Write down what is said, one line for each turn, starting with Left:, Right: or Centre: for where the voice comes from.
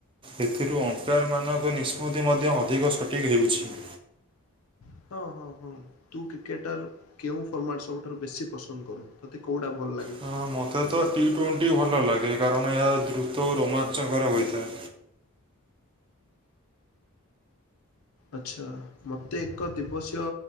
Right: ଏଥିରୁ ଅମ୍ପା----ର୍ ମାନଙ୍କ ନିଷ୍ପତ୍ତି ମଧ୍ୟ ଅଧିକ ସଠିକ୍ ହେଉଛି।
Left: <inaudible> ତୁ କ୍ରିକେଟ ର୍ କେଉଁ ଫର୍ମାଟ୍ ସବୁଠାରୁ ବେଶୀ ପସନ୍ଦ୍ କରୁ? ତତେ କଉଟା ଭଲ୍ ଲା
Right: ହଁ ମତେ ତ ଟିଟ୍ୱେଣ୍ଟି ଭଲ ଲାଗେ, କାରଣ ଏହା ଦ୍ରୁତ ରୋମା---କର ହୋଇଥାଏ।
Left: ଆଚ୍ଛା, ମୋତେ ଏକ ଦିବସୀୟ